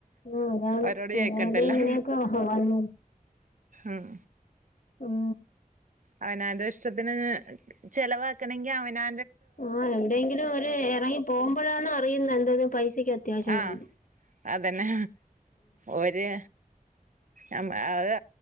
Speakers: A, on the left; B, on the right.
A: ആഹ് അതാണ്
B: അവരോട് ചോയിക്കണ്ടല്ലോ.
A: അതായത് ഇങ്ങനെയൊക്കെ വന്നു
B: ഉം
A: ഉം
B: അവനാന്റെ ഇഷ്ടത്തിന് ചെലവാക്കണെങ്കിൽ അവനാ
A: ആഹ് എവിടെയെങ്കിലും ഒരു എറങ്ങി പോകുമ്പഴണ് അറിയുന്നെ എന്തേലും പൈസക്ക് അത്യാവശ്യം
B: ആഹ്
A: വരുമ്പം
B: അതന്നെ ഓരെ. അത്